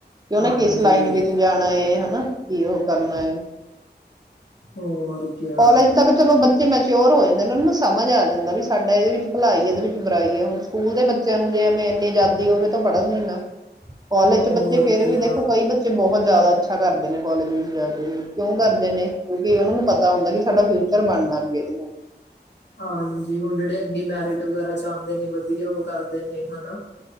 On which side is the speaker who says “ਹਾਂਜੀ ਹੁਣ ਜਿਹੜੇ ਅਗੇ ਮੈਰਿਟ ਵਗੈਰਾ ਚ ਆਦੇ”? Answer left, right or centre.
Left